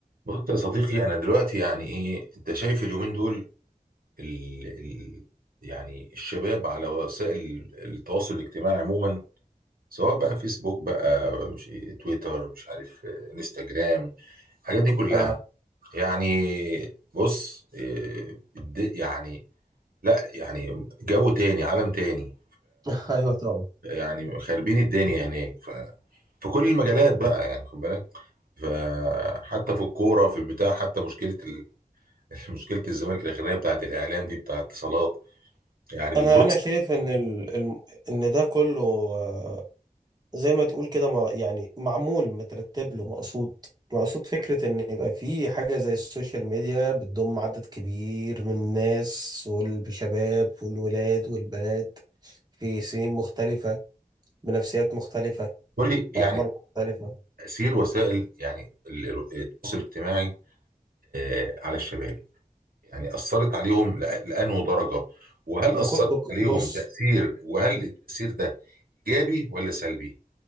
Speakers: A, on the right; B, on the right.
A: بص يا صديقي انا دلوقتي يعني ايه انت شايف اليومين دول ال ال يعني الشباب على وسائل التواصل الاجتماعي عموما سواء بقى فيسبوك بقى مش إيه، تويتر مش عارف آه، انستجرام الحاجات دي كلها
B: آه.
A: يعني بص آه، الد- يعني لا يعني جو تاني عالم تاني
B: <laughs> ايوه طبعا
A: فيعني خاربين الدنيا هناك ف في كل المجالات بقى يعني خد بالك فحتى في الكوره في البتاع حتى مشكله <laughs> مشكله الزمالك الاخرانيه بتاعت الاعلام دي بتاعت اتصالات يعني بتبص
B: انا انا شايف ان ال... الم- ان ده كله آه، زي ما تقول كده ما يعني معمول مترتب له مقصود مقصود فكرة ان يبقى في حاجة زي السوشيال ميديا بتضم عدد كبير من الناس والشباب والولاد والبنات في سنين مختلفة بنفسيات مختلفة
A: كل
B: بأعمار
A: يعني
B: مختلفة
A: تاثير وسائل يعني ال- ال- التواصل الاجتماعي آه، على الشباب يعني اثرت عليهم لأ- لانه درجه وهل
B: نكو-
A: اثرت
B: بك-
A: عليهم
B: بص
A: تاثير وهل التاثير ده ايجابي ولا سلبي؟